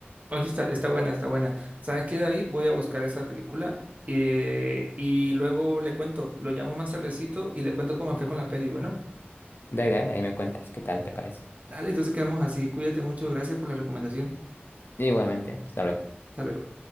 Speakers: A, on the right (about 40°); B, on the left (about 60°).
A: Oye, está, está buena, está buena. ¿Sabes qué, David? Voy a buscar esa película eh, y luego le cuento. Lo llamo más tardecito y le cuento cómo me fue con la peli. Bueno,
B: Dale, dale, ahí me cuentas qué tal te parece.
A: dale, entonces quedamos así. Cuídate mucho. Gracias por la recomendación.
B: Igualmente, hasta luego.
A: Hasta luego.